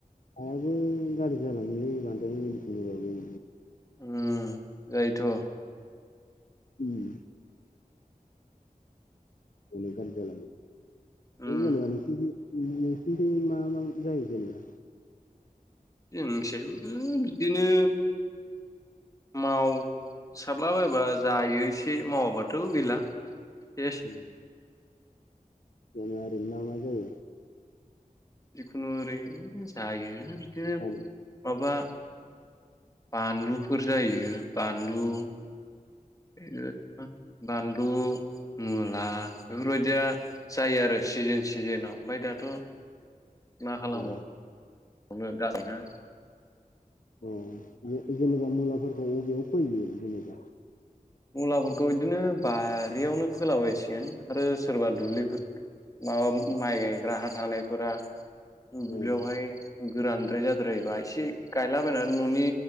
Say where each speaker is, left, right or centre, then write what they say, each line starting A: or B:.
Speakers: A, on the left; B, on the left.
A: हायाबो गाज्रि जालाङो बांद्राय मेडिसिन होबाबो
B: उम जायोथ
A: उम अनेक गाज्रि जालाङो
B: उम
A: बे जेनेबा नोंसिनिथिं नोंसिनिथिं मा मा जायो जेनेबा
B: जोंनिखिजायबो बिदिनो मावसाबलाबायबा जायो एसे मावाबाथ गैला सेस
A: उम जोंना ओरैनो ना मा जायो
B: जिखुनु ओरै जायो बिदिनो
A: जानो
B: माबा बानलुफोर जायो बानलु बिदिनो बानलु मुला बेफोरबायदिया जायो आरो सिजोन सिजोनाव ओमफ्राय दाथ मा खालामबाव
A: औ
B: गोन जाबायना
A: औ जेनेबा मुलाफोरखौ अबेयाव फोयो जेनेबा
B: मुलाफोरखौ बिदिनो बारियावनो फोलाबायसिगोन आरो सोरबा दुब्लि फोर ना माइ गायग्रा हा थानायफोरा दुब्लियावहाय
A: औ
B: गोरानद्राय जाद्रायोबा एसे गायलाबायनानै न'नि